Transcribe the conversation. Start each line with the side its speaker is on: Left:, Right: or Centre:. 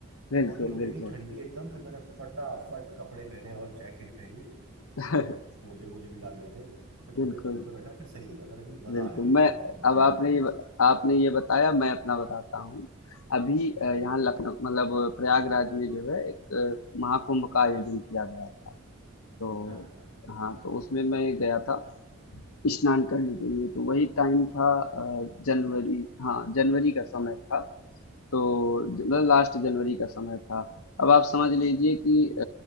Left: बिल्कुल
Right: बॉडी हो गई
Left: बिल्कुल
Right: थी ठंडी एकदम फिर मैंने फटाफट कपड़े पहने और जैकेट पहनी
Left: <laughs>
Right: और मोजे मोजे भी डाल लिए थे फिर थोड़ी
Left: बिल्कुल
Right: देर धूप में बैठा फिर सही हो गया था लेकिन मजा
Left: बिल्कुल
Right: आया एकदम
Left: मैं
Right: बहुत बढ़िया
Left: अब आपने
Right: एक्सपीरियंस
Left: ये आपने ये बताया मैं अपना बताता हूँ अभी अ,
Right: हाँ
Left: यहाँ लखनऊ मतलब प्रयागराज में जो है एक अ, महाकुंभ का आयोजन किया गया था तो
Right: हाँ हाँ
Left: हाँ तो उसमें मैं गया था स्नान करने के लिए तो वही टाइम था अ, जनवरी हाँ जनवरी का समय था तो ज-
Right: हम्म,
Left: लास्ट जनवरी का समय था अब आप समझ लीजिए कि अ,